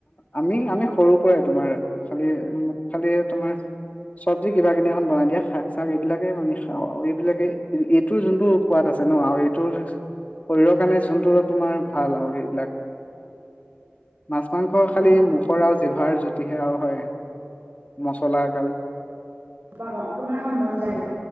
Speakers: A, on the left; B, on the right.
A: আমিয়ে আমি আমি সৰু পৰে তোমাৰ খালি মোক খালি তোমাৰ চব্জি কিবা কিনি এখন বনাই দিয়া। শাক চাক এইবিলাকে আমি খাও আৰু। এইবিলাকে এইটোৰ যোনটো সোৱাদ আছে ন আৰু এইটোৰ শৰীৰৰ কাৰণে যোনটো তোমাৰ ভাল আৰু সেইবিলাক মাছ-মাংস খালি
B: অ'
A: মুখৰ ৰাজ জিভাৰ জুতিহে আও হয়। মচলা এগাল
B: ম কোনোবানা। খন মন যায়